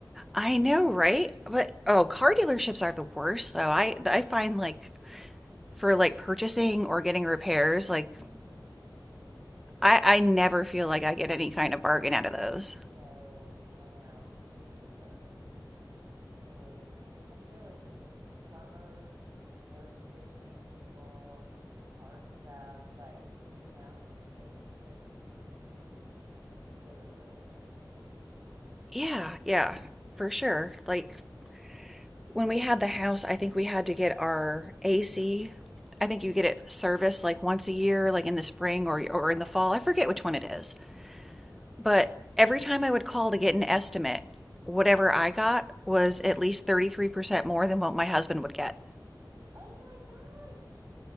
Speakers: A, in the centre; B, on the right.
A: I know, right? But oh, car dealerships are the worst though. I I find like for like purchasing or getting repairs, like
B: Mm-hmm.
A: I I never feel like I get any kind of bargain out of those.
B: No, I know. Me either. It's really, I, I feel like if it's plumbers, air conditioning people, car stuff, like, you know, it's just mm, really, really frustrating.
A: Yeah, yeah, for sure. Like when we had the house, I think we had to get our AC.
B: Mm-hmm.
A: I think you get it serviced like once a year, like in the spring or or
B: Yeah,
A: in the fall. I forget which one it is. But every time I would call to get an estimate, whatever I got was
B: yeah.
A: at least 33% more than what
B: <gasps>
A: my husband would get.
B: Oh my gosh.